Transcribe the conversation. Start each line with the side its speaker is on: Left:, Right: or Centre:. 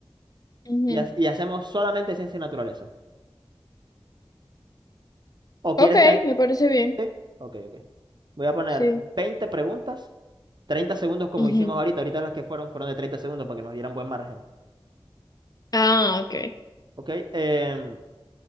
Left: Ujú.
Right: y, ha- y hacemos solamente ciencia y naturaleza. ¿O quieres
Left: Ok,
Right: que... añ-
Left: me parece bien.
Right: sí? Ok, ok. Voy a poner
Left: Sí.
Right: 20 preguntas, 30 segundos como
Left: Ujú.
Right: hicimos ahorita, ahorita las que fueron fueron de 30 segundos para que nos dieran buen margen.
Left: Ah, ok.
Right: Ok, em,